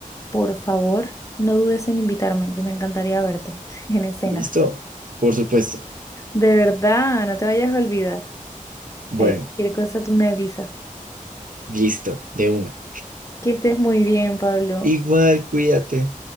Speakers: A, on the left; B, on the right.
A: por favor, no dudes en invitarme, que me encantaría verte <laughs> en escena.
B: Listo, por supuesto.
A: De verdad, no te vayas a olvidar.
B: Bueno,
A: Ahí, cualquier cosa tú me avisas.
B: listo, de una.
A: Que estés muy bien, Pablo.
B: Igual, cuídate.